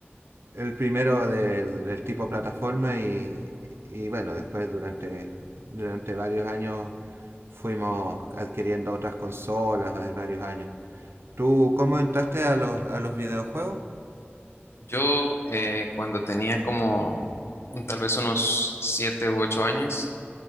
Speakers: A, on the right (about 70°); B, on the left (about 80°).
A: El primero de- del tipo plataforma y, y bueno, después durante, durante varios años fuimos adquiriendo otras consolas, varios años. ¿Tú cómo entraste a los, a los videojuegos?
B: yo eh, cuando tenía como tal vez unos siete u ocho años,